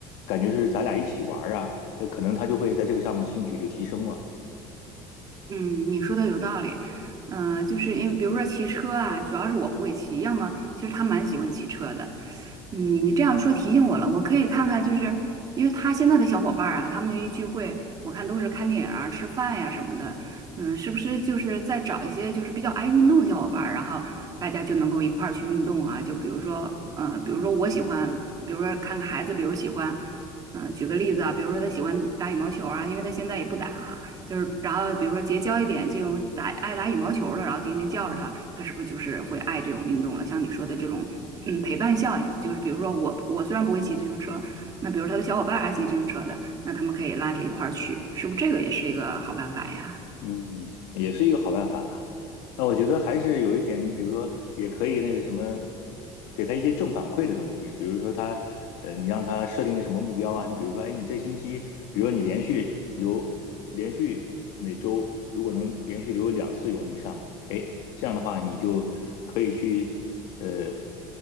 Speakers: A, on the left; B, on the right.
A: 感觉是咱俩一起玩儿啊，呃，可能他就会在这个上面兴趣就提升了。
B: 嗯，你说的有道理，嗯、就是因为比如说骑车啊，主要是我不会骑，要么其实他蛮喜欢骑车的，嗯，你你这样说提醒我了，我可以看看，就是因为他现在的小伙伴儿啊，他们一聚会，我看都是看电影啊、吃饭呀、什么的，嗯，是不是就是再找一些就是比较爱运动的小伙伴儿然后大家就能够一块儿去运动啊？就比如说，嗯，比如说我喜欢，比如说看看孩子，比如喜欢，嗯、举个例子啊，比如说他喜欢打羽毛球啊，因为他现在也不打啊。就是然后比如说结交一点这种打爱打羽毛球的，然后天天叫着他，他是不是就是会爱这种运动了？像你说的这种，嗯，陪伴效应，就是比如说我我虽然不会骑自行车，那比如他的小伙伴爱骑自行车的，那他们可以拉着一块儿去，是不是这个也是一个好办法呀？
A: 嗯，也是一个好办法吧。那我觉得还是有一点，你比如说，也可以那个什么，给他一些正反馈的东西，比如说他，呃，你让他设定个什么目标啊？你比如说，哎，你这星期，比如说你连续游，连续每周如果能连续游两次泳以上，哎，这样的话你就可以去，呃，